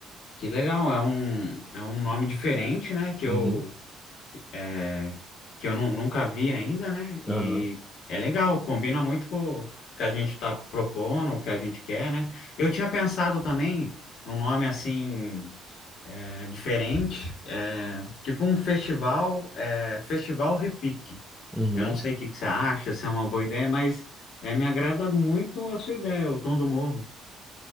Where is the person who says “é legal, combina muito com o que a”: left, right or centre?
Left